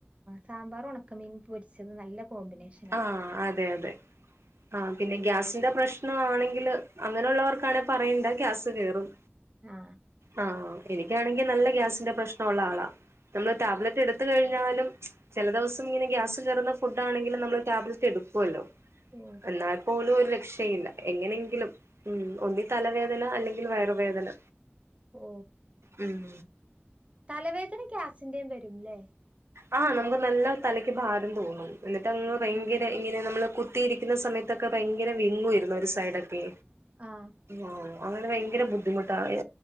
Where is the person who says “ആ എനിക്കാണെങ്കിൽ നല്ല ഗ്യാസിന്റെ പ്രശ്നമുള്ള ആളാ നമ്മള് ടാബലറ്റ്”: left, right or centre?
Right